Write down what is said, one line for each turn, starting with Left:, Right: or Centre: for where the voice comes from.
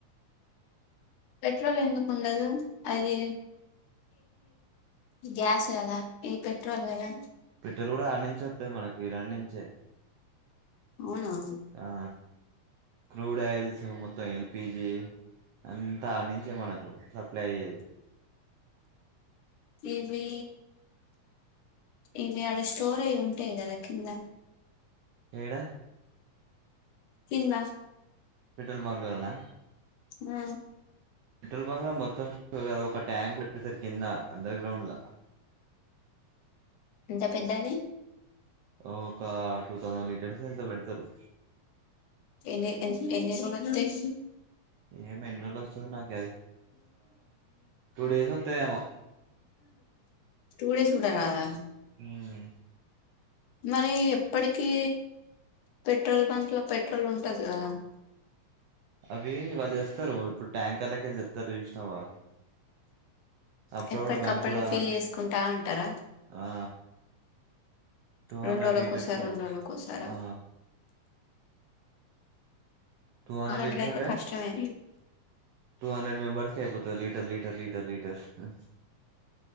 Left: పెట్రోల్ ఎందుకు ఉండదు అది గ్యాస్ కదా ఇది పెట్రోల్ కదా
Right: పెట్రోల్ కూడా ఆన్నించె ఒత్తది మనకు ఇరాన్నించే
Left: అవును
Right: ఆ క్రూడ్ ఆయిల్స్ మొత్తం ఎల్పి పిజీ అంతా ఆనించే మనకు సప్లై అయ్యేది
Left: ఇవి ఇవి ఆడ స్టోర్ అయి ఉంటాయి కదా కింద
Right: ఏడ
Left: కింద
Right: పెట్రోల్ బంక్లనా
Left: ఆ
Right: పెట్రోల్ బంక్ లో మొత్తం అది ఒక ట్యాంక్ పెడ్ తరు కింద అండర్గ్రౌండ్ల
Left: ఎంత పెద్దది
Right: ఒక టూ థౌజండ్ లీటర్స్ ఎంతో పెడుతరు
Left: ఎన్ని ఎన్ ఎన్నిరోలోతై
Right: ఏం ఎండ్రోలోస్తదో నాక్ డేస్ వత్తయేమో
Left: టూ డేస్ కూడా రాదా
Right: మ్ హు
Left: మరి ఎప్పటికిీ పెట్రోల్ బంక్ లో పెట్రోల్ ఉంటది కదా
Right: అవి వాళ్ళు చేస్తారు ఇప్పుడు ట్యాంకర్లకి వెళ్ళి తెత్తారు చూసినావా అప్పుడప్పుడు
Left: ఎప్పటికప్పటికి
Right: బ్యాంకుల
Left: ఫిల్ చేసుకుంటా అంటారా
Right: ఆ టూ హండ్రెడ్
Left: రెండు రోజులకోసారి
Right: లీటర్స్ కావచ్చు
Left: రెండు రోజులకోసారా
Right: ఆ టూ హండ్రెడ్ లీటర్స్
Left: అట్లయితే
Right: అంటే
Left: కష్టమే
Right: టూ హండ్రెడ్ మెంబర్స్ కి అయిపోతది లీటర్ లీటర్ లీటర్ లీటర్ ఆ